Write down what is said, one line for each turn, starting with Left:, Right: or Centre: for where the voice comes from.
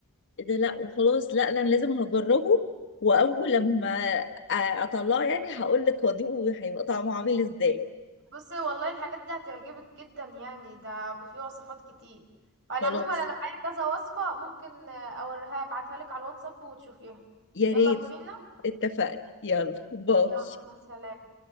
Left: ايه ده لا وخلاص لا لا، انا لازم هجربه واول لما أ- اطلعه يعني هقول لك واضيفه هيبقى طعمه عامل ازاي
Right: بصي والله الحاجات دي هتعجبك جدا يعني ده في وصفات كتير على
Left: خلاص
Right: العموم انا معايا كذا وصفة ممكن آه، اوريها ابعتها لك على الواتساب وتشوفيها
Left: يا
Right: يلا
Left: ريت
Right: بينا
Left: اتفقنا يلا باي
Right: يلا سلام